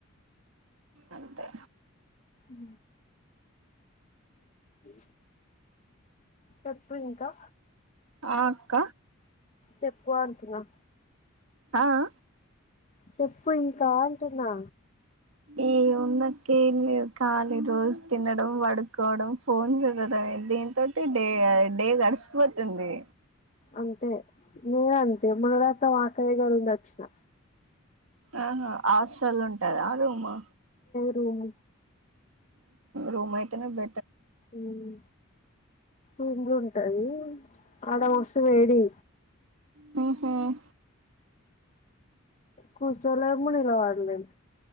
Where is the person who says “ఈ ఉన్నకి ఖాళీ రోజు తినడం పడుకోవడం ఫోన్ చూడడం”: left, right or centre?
Right